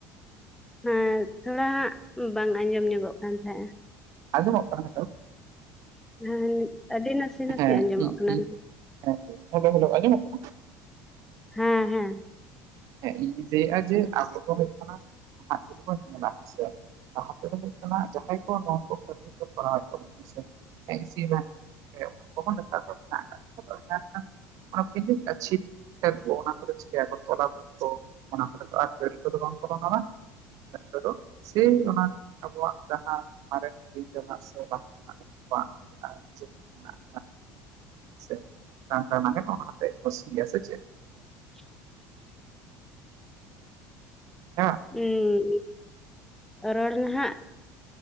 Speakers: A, in the centre; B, on the right.
A: ᱦᱮᱸ ᱛᱷᱚᱲᱟ ᱦᱟᱸᱜ ᱵᱟᱝ ᱟᱸᱡᱚᱢ ᱧᱚᱜᱚᱜ ᱠᱟᱱ ᱛᱟᱦᱮᱸᱼᱟ
B: ᱟᱸᱡᱚᱢᱚᱜ ᱠᱟᱱᱟ ᱱᱤᱛᱚᱜ᱾
A: ᱦᱮᱸ ᱟᱹᱰᱤ ᱱᱟᱥᱮ ᱱᱟᱥᱮ
B: ᱦᱮᱸ
A: ᱟᱸᱡᱚᱢᱚᱜ
B: ᱤᱧ
A: ᱠᱟᱱᱟ᱾
B: ᱤᱧ ᱦᱮᱸ ᱦᱮᱞᱳ ᱦᱮᱞᱳ ᱟᱸᱡᱚᱢᱚᱜ ᱠᱟᱱᱟ
A: ᱦᱮᱸ ᱦᱮᱸ
B: ᱦᱮᱸ ᱤᱧᱤᱧ ᱞᱟᱹᱭᱮᱜᱼᱟ ᱡᱮ ᱟᱵᱚ ᱫᱚ ᱦᱩᱭᱩᱜ ᱠᱟᱱᱟ ᱱᱟᱦᱟᱜ ᱡᱩᱫᱤ ᱵᱚᱱ ᱧᱮᱞᱟ ᱦᱮᱸᱥᱮ᱾ ᱞᱟᱦᱟ ᱛᱮᱫᱚ ᱦᱩᱭᱩᱜ ᱠᱟᱱᱟ ᱡᱟᱦᱟᱸᱭ ᱠᱚ ᱱᱚᱣᱟ ᱠᱚ ᱠᱟᱹᱢᱤ ᱠᱚ ᱠᱚᱨᱟᱣᱮᱫ ᱛᱟᱵᱚᱱᱟ ᱦᱮᱸᱥᱮ ᱤᱥᱤ <unintelligible> ᱚᱱᱟ <unintelligible> ᱚᱱᱟ ᱠᱚᱫᱚ ᱪᱤᱠᱟᱭᱟᱠᱚ ᱛᱚᱞᱟ ᱛᱚ ᱚᱱᱟ ᱠᱚᱨᱮ ᱫᱚ ᱟᱨ ᱜᱟᱹᱲᱤ ᱠᱚᱫᱚ ᱵᱟᱝ ᱯᱚᱞᱚᱱᱟᱱᱼᱟ ᱢᱮᱱᱛᱮ ᱫᱚ ᱥᱮᱭ ᱚᱱᱟ ᱟᱵᱚᱣᱟᱜ ᱡᱟᱦᱟᱸ ᱢᱟᱨᱮ ᱵᱤᱨ ᱨᱮᱱᱟᱜ ᱥᱮ ᱵᱟᱝ ᱛᱮ ᱟᱵᱚᱣᱟᱜ ᱟᱹᱨᱤᱪᱟᱹᱞᱤ ᱢᱮᱱᱟᱜ <unintelligible>
A: <unintelligible>
B: ᱦᱮᱸ
A: ᱦᱩᱸ ᱨᱚᱲ ᱱᱟᱦᱟᱜ